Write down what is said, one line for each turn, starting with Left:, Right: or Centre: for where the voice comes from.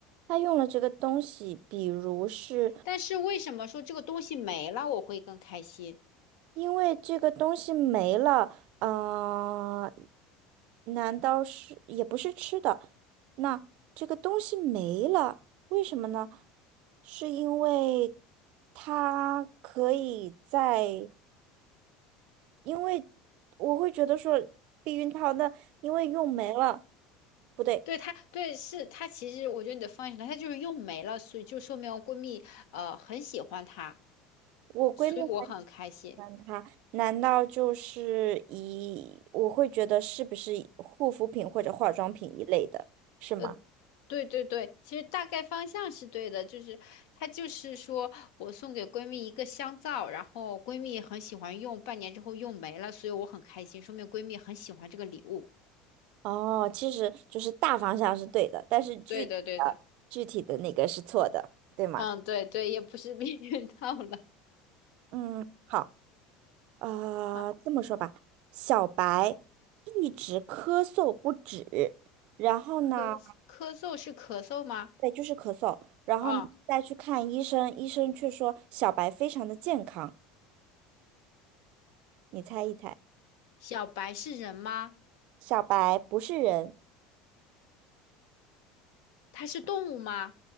Right: 她用了这个东西，比如是
Left: 但是为什么说这个东西没了我会更开心？
Right: 因为这个东西没了，啊，难道是也不是吃的？那这个东西没了，为什么呢？是因为它可以在，因为我会觉得说避孕套那因为用没了，不对，
Left: 对他，对是他，其实我觉得你的方向是对他就是用没了，所以就说明闺蜜呃很喜欢他，
Right: 我闺蜜很喜
Left: 所以我很开心。
Right: 欢它，难道就是一，我会觉得是不是护肤品或者化妆品一类的，是吗？
Left: 呃，对对对，其实大概方向是对的，就是他就是说我送给闺蜜一个香皂，然后闺蜜很喜欢用，半年之后用没了，所以我很开心，说明闺蜜很喜欢这个礼物。
Right: 哦，其实就是大方向是对的，但是具体的具体的那个是错的，
Left: 对的对的，
Right: 对吗？
Left: 嗯对对，也不是避孕套了
Right: 嗯，好，呃，
Left: 啊，
Right: 这么说吧，小白一直咳嗽不止，然后呢，
Left: 咳咳嗽是咳嗽吗？
Right: 对，就是咳嗽，然后呢再去看医生，
Left: 啊，
Right: 医生却说小白非常的健康，你猜一猜，
Left: 小白是人吗？
Right: 小白不是人，
Left: 它是动物吗？